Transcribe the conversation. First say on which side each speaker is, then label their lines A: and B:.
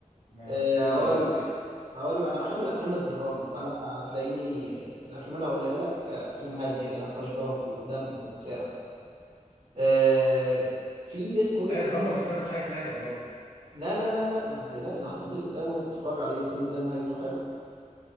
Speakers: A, on the left; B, on the right.
A: ما
B: إيه،
A: اكتبه
B: هقول
A: دلوقتي
B: لك هقول لك انا بحب الافلام الدراما فانا هتلاقيني الافلام اللي هقولها لك آه، افلام هاديه كده ما فيهاش ضرب ودم وبتاع إيه، في اسمه ايه
A: هي
B: ده
A: دراما بس انا مش عايز نكد برضو يعني.
B: لا لا لا لا ما تقلقش ده هتتبسط قوي وانت بتتفرج عليه الفيلم ده نهايته حلوه